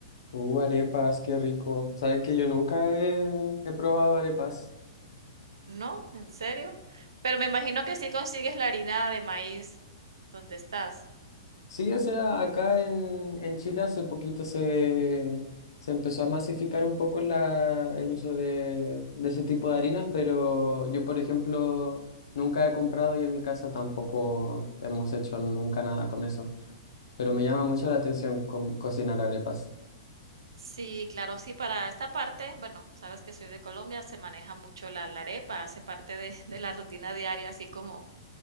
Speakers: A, on the left (about 75°); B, on the right (about 85°).
A: Uh, arepas, qué rico. Sabes que yo nunca he, he probado arepas.
B: No, en serio. Pero me imagino que sí consigues la harina de maíz donde estás.
A: Sí, o sea, acá en, en Chile hace poquito se, se empezó a masificar un poco la, el uso de, de ese tipo de harinas, pero yo, por ejemplo, nunca he comprado y en mi casa tampoco hemos hecho nunca nada con eso. Pero me llama mucho la atención co- cocinar arepas.
B: Sí, claro, sí, para esta parte, bueno, sabes que soy de Colombia, se maneja mucho la, la arepa, hace parte de, de la rutina diaria, así como,